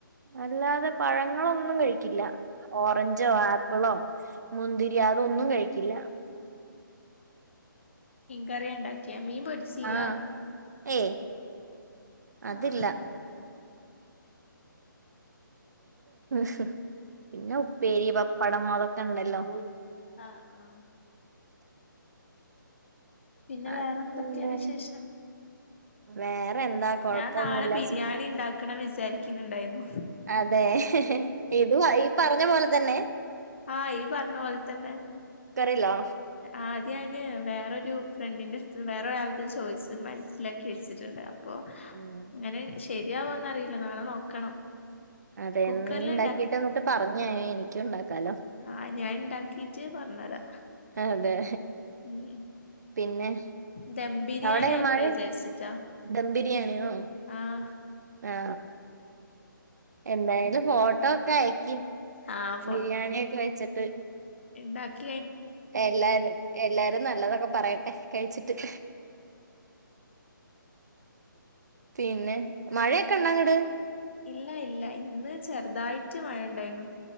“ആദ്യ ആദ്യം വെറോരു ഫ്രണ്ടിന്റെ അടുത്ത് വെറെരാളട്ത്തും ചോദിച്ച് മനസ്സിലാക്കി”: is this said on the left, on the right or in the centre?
Left